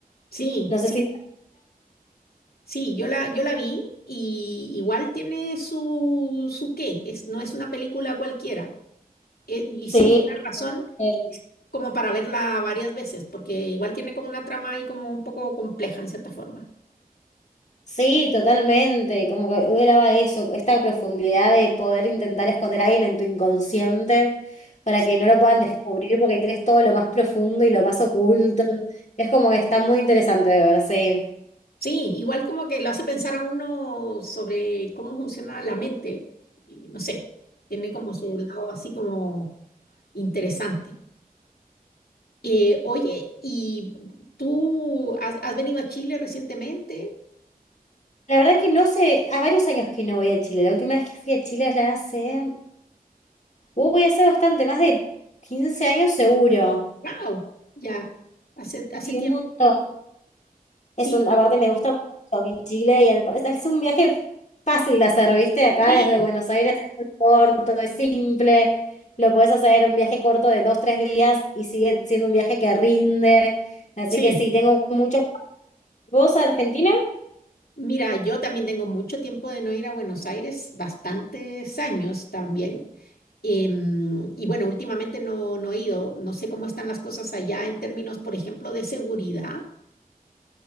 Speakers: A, on the left; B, on the left.
A: Sí,
B: No
A: sí,
B: sé si...
A: sí, yo la, yo la vi y igual tiene su, su qué, es, no es una película cualquiera. E- y
B: Sí,
A: sí, tienes razón,
B: eh,
A: como para verla varias veces, porque igual tiene como una trama ahí como un poco compleja en cierta forma.
B: sí, totalmente, como que graba eso, esta profundidad de poder intentar esconder a alguien en tu inconsciente para
A: Sí.
B: que no lo puedan descubrir porque tienes todo lo más profundo y lo más oculto. Es como que está muy interesante de ver, sí.
A: Sí, igual como que lo hace pensar a uno sobre cómo funciona la mente, y no sé, tiene como su lado así como interesante. Eh, oye, ¿y tú has, has venido a Chile recientemente?
B: La verdad que no sé, a varios años que no voy a Chile. La última vez que fui a Chile ya hace, uh, voy a hacer bastante, más de 15 años seguro.
A: ¡Wow! Ya, hace, hace
B: Y
A: tiempo.
B: un montón.
A: Sí,
B: Es un,
A: bueno,
B: aparte me gusta mucho mi Chile y el- es es un viaje fácil de hacer, ¿viste? Acá
A: sí,
B: desde Buenos Aires es muy corto, es simple. Lo puedes hacer un viaje corto de dos, tres días y sigue siendo un viaje que rinde. Así
A: sí.
B: que sí, tengo muchas. ¿Vos a Argentina?
A: Mira, yo también tengo mucho tiempo de no ir a Buenos Aires, bastantes años también. Em, y bueno, últimamente no, no he ido, no sé cómo están las cosas allá en términos, por ejemplo, de seguridad.